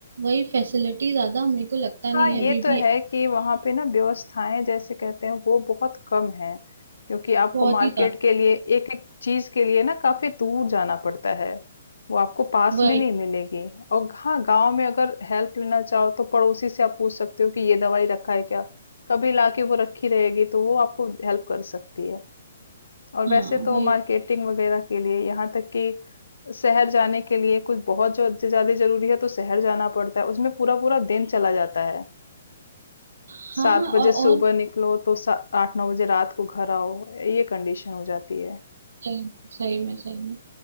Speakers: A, on the right; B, on the left.
A: वही फैसिलिटी ज्यादा मेरे को लगता नहीं
B: हाँ ये
A: है अभी
B: तो
A: भी
B: है कि वहाँ पे ना व्यवस्थाएं जैसे कहते हैं वो बहुत कम है क्योंकि आपको
A: बहुत
B: मार्केट
A: ही ज्यादा
B: के लिए एक एक चीज के लिए ना काफी दूर जाना पड़ता है वो आपको पास
A: वही
B: में नहीं मिलेगी और हाँ गांव में अगर हेल्प लेना चाहो तो पड़ोसी से आप पूछ सकते हो कि ये दवाई रखा है क्या कभी लाके वो रखी रहेगी तो वो आपको हेल्प कर सकती है और
A: हाँ
B: वैसे तो
A: वही
B: मार्केटिंग वगैरह के लिए यहाँ तक कि शहर जाने के लिए कुछ बहुत जो ज्यादा जरूरी है तो शहर जाना पड़ता है उसमें पूरा पूरा दिन चला जाता है
A: हाँ
B: 7
A: और
B: बजे सुबह
A: और
B: निकलो तो सा 8-9 बजे रात को घर आओ, ये कंडीशन हो जाती है।
A: सही सही में सही में